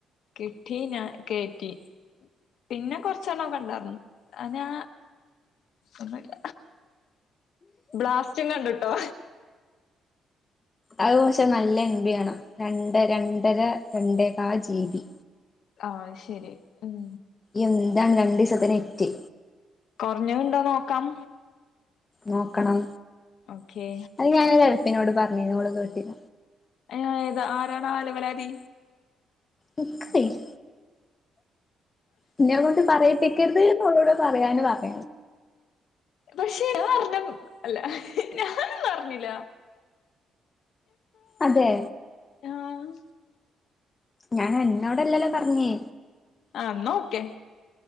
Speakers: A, on the left; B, on the left.
A: കിട്ടീ ഞാ കേറ്റി പിന്നെ കൊർച്ചെണ്ണ കണ്ടായിറുന്നു അനാ ഒന്നുല്ല ബ്ലാസ്റ്റും കണ്ടുട്ടോ
B: അഹ് പഷെ നല്ല എൻ ബി ആണം രണ്ടര രണ്ടേകാൽ ജീബി
A: ആഹ് ശരി ഉം
B: എന്താണ് രണ്ടീസത്തിന് നെറ്റ്
A: കുറഞ്ഞത്ണ്ടോ നോക്കാം
B: നോക്കണം
A: ഓക്കെ
B: അഹ് ഞാനൊഎൽപ്പിനോട് പറഞ്ഞീന്നു ഓള് കേട്ടില
A: ഏ ത ആരാണാ അലവലാതി
B: ൻക്കറീല ഇന്നെകൊണ്ട് പറയിപ്പിക്കര്ത് ഓളോട് പറയാന് പറ
A: പക്ഷേ ഞാഅറ്ഞ്ഞം അല്ല ഞാനൊന്നു അറിഞ്ഞില
B: അതെ
A: ആഹ്
B: ഞാൻ അന്നോടല്ലല്ലോ പറഞ്ഞേ
A: ആഹ് ന്നാ ഓക്കെ